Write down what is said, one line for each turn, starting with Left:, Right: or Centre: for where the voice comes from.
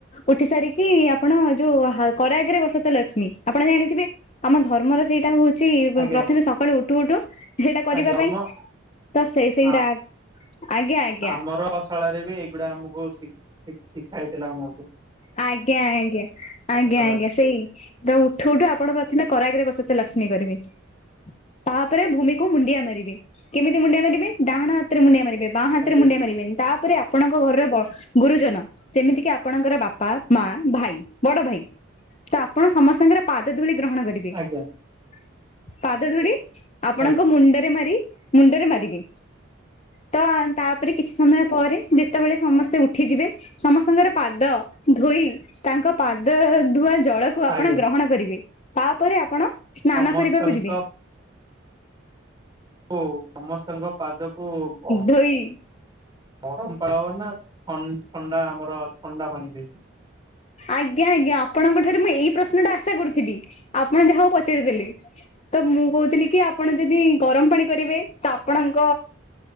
Left: ଉଠି ସାରିକି ଆପଣ ଯୋଉ କରାଗରେ ବସତ ଲକ୍ଷ୍ମୀ ଆପଣ ଜାଣିଥିବେ। ଆମ ଧର୍ମର ସେଇଟା ହଉଛି
Right: ଆଜ୍ଞା
Left: ପ୍ରଥମେ ସକାଳୁ ଉଠୁ ଉଠୁ ସେଇଟା କରିବା
Right: ଆଜ୍ଞା ଧର୍ମ
Left: ପାଇଁ ତ ସେଇ ସେଇଟା
Right: ହଁ
Left: ଆଜ୍ଞା, ଆଜ୍ଞ।
Right: ଆମର ଅଶାଳରେ ବି ଏଇଗୁଡା ଆମକୁ ଶି ଶିଖା ହେଇଥିଲା ଆମକୁ।
Left: ଆଜ୍ଞା - ଆଜ୍ଞା -
Right: ପାଠଶାଳାରେ।
Left: ଆଜ୍ଞା - ଆଜ୍ଞା। ସେଇ ତ ଉଠୁ ଉଠୁ ଆପଣ ପ୍ରଥମେ କରାଗରେ ବସତେ ଲକ୍ଷ୍ମୀ କରିବେ। ତାପରେ ଭୂମିକୁ ମୁଣ୍ଡିଆ ମାରିବେ କେମିତି ମୁଣ୍ଡିଆ ମାରିବେ ଡାହାଣ ହାତରେ ମୁଣ୍ଡିଆ ମାରିବେ। ବାଁ ହାତରେ
Right: ଆଜ୍ଞା
Left: ମୁଣ୍ଡିଆ ମାରିବେନି ତାପରେ ଆପଣଙ୍କ ଘର ବ ଗୁରୁଜନ ଯେମିତି କି ଆପ ଆପଣଙ୍କର ବାପା ମା ଭାଇ ବଡ ଭାଇ ତ ଆପଣ ସମସ୍ତଙ୍କର ପାଦ ଧୁଳି ଗ୍ରହଣ କରିବେ। ପାଦ
Right: ଆଜ୍ଞା
Left: ଧୁଳି ଆପଣଙ୍କ
Right: ଆଜ୍ଞା
Left: ମୁଣ୍ଡରେ ମାରି ମୁଣ୍ଡରେ ମାରିବେ। ତ ତାପରେ କିଛି ସମୟ ପରେ ଯେତେବେଳେ ସମସ୍ତେ ଉଠିଯିବେ ସମସ୍ତଙ୍କର ପାଦ ଧୋଇ ତାଙ୍କ ପାଦ ଧୁଆ ଜଳକୁ ଆପଣ
Right: ଆଜ୍ଞା
Left: ଗ୍ରହଣ କରିବେ। ତାପରେ ଆପଣ ସ୍ନାନ
Right: ସମସ୍ତଙ୍କ
Left: କରିବାକୁ ଯିବେ।
Right: ଓ ସମସ୍ତଙ୍କ ପାଦକୁ ଅ
Left: ଧୋଇ
Right: ଗରମ ପାଳ ହବ ନା ଥଣ୍ଡା ଆମର ଥଣ୍ଡା ପାଣି ରେ
Left: ଆଜ୍ଞା, ଆଜ୍ଞା ଆପଣଙ୍କ ଠାରୁ ମୁଁ ଏଇ ପ୍ରଶ୍ନ ଟା ଆଶା କରୁଥିଲି ଆପଣ ଯାହଉ ପଚାରିଦେଲେ। ତ ମୁଁ କହୁଥିଲି କି ଆପଣ ଯଦି ଗରମ ପାଣି କରିବେ ତା ଆପଣଙ୍କ